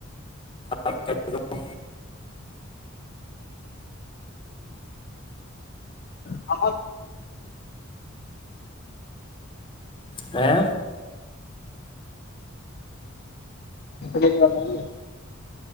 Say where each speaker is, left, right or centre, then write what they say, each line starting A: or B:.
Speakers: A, on the left (about 25°); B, on the left (about 50°).
A: ا تو
B: آ
A: ا
B: ری وال آی